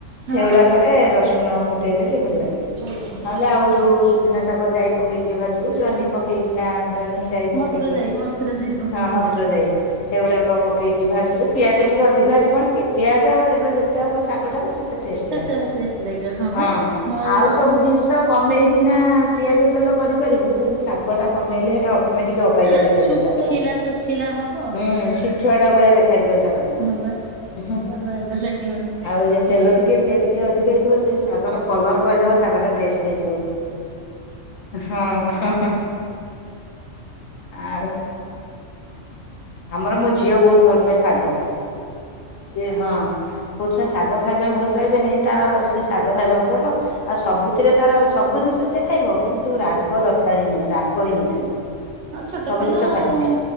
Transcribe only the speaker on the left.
ସେଗୁଡାକରେ
ରସୁଣ ଫୁଟେଇଲେ ଟିକେ ଭଲ ଲାଗେ।
ନହେଲେ ଆଉ ଯୋଉ ସୁଜୁନା ଶାଗ ଯାଇ ପକେଇକି ଭାଜୁ ଜହ୍ନି ପକେଇକି ନା ଜହ୍ନି ଯାଇ ପକେଇକି
ହଁ ମସୁର
ଜାଇ।
ସେଗୁଡ଼ାକ ପକେଇକି ଭାଜୁଛେ ପିଆଜ ଟିକେ ଅଧିକ ହେଲେ କଣ କି ପିଆଜ ଆଉ ତେଲ ଯେତେ ହବ ଶାଗଟାରେ ସେତେ ଟଷ୍ଟ
ଲାଗିବ
ହଁ
ଆଉ
ସବୁ ଜିନିଷ କମେଇକିନା ପିଆଜ ତେଲ କରିପାରିବୁ କିନ୍ତୁ ଶାଗଟା କମେଇଲେ ସେଟା ଅ ମେ ଟିକେ ଅବାଗିଆ
ଦେଖା
ଯିବ ଶାଗଟା
ହୁଁ ଶିଠୁଆଟା ଭଳିଆ ଦେଖାଯିବ ଶାଗଟା।
ହୁଁ
ଆଉ ଯ
ତେଲ ଟିକେ ପିଆଜ ଦି ଅଧିକ ହେଇଥିବ ସେଇ ଶାଗର କଲର କହିଦବ ଶାଗ ଟା ଟେଷ୍ଟ ହେଇଚି ବୋଲି। ହଁ ଆଉ ଆମର ମୋ ଝିଅ ବହୁତ ଭଲ ପାଏ ଶାଗ ସିଏ ହଁ। କୋଉ ଛୁଆ ଶାଗ ଖାଇବା ପାଇଁ ଭଲ ପାଇବେନି ତାର ସେ ଶାଗ ଖାଇବା ପାଇଁ ପ ଆଉ ସବୁଥିରେ ତାର ସବୁ ଜିନିଷ ସେ ଖାଇବ କିନ୍ତୁ ରାଗ ଦରକାର ହେଇନଥିବ ରାଗ ହେଇନଥିବ
ସବୁ
ଜିନିଷ
ଖାଇଦବ